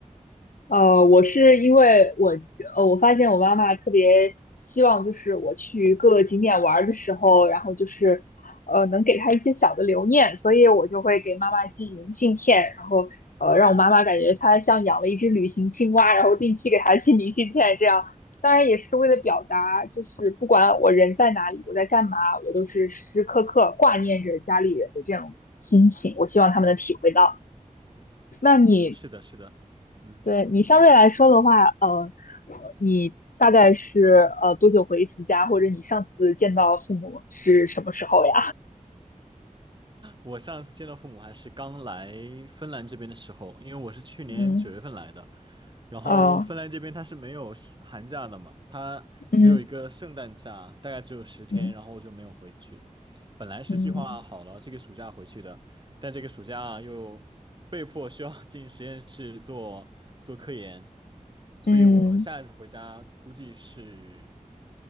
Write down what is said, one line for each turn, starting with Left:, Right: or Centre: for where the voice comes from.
Left: 呃，我是因为我呃，我发现我妈妈特别希望，就是我去各个景点玩儿的时候，然后就是呃，能给她一些小的留念，所以我就会给妈妈寄明信片，然后呃，让我妈妈感觉她像养了一只旅行青蛙，然后定期给她寄明信片，这样当然也是为了表达，就是不管我人在哪里，我在干嘛，我都是时时刻刻挂念着家里人的这种心情，我希望他们能体会到。那你
Right: 是的，是的，嗯，
Left: 对你相对来说的话，呃，你大概是呃多久回一次家，或者你上次见到父母是什么时候呀？
Right: 我上次见到父母还是刚来芬兰这边的时候，因为我是去年九月份来的，
Left: 嗯，
Right: 然后芬兰这边它是没有是寒假的嘛，
Left: 哦，
Right: 它只有一个圣诞假，
Left: 嗯
Right: 大概只有十天，
Left: 嗯
Right: 然后我就没有回去。本来是计划好了这个暑假回去的，
Left: 嗯
Right: 但这个暑假又被迫需要 <laughs> 进实验室做做科研，所以我下一次回家估计是
Left: 嗯嗯。